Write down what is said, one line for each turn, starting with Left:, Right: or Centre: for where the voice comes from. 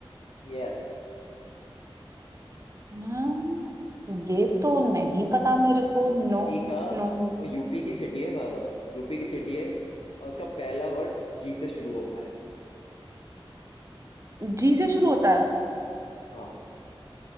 Left: यस
Right: हम्म ये
Left: अच्छा
Right: तो
Left: उस
Right: नहीं पता मेरे को
Left: उस सिटी
Right: नो
Left: का
Right: नो
Left: वो यूपी की सिटी है मैं बता रहा हूँ यूपी की सिटी है और उसका पहला वर्ड जी से शुरू होता है
Right: जी से शुरू होता है
Left: हाँ